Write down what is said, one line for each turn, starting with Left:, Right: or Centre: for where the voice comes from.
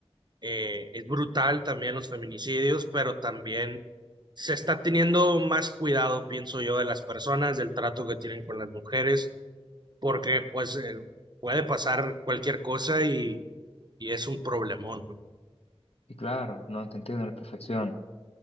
Right: eh, es brutal también los feminicidios, pero también se está teniendo más cuidado, pienso yo, de las personas, del trato que tienen con las mujeres, porque pues eh, puede pasar cualquier cosa y, y es un problemón,
Left: <laughs>
Right: ¿no?
Left: Y claro, no, te entiendo a la perfección.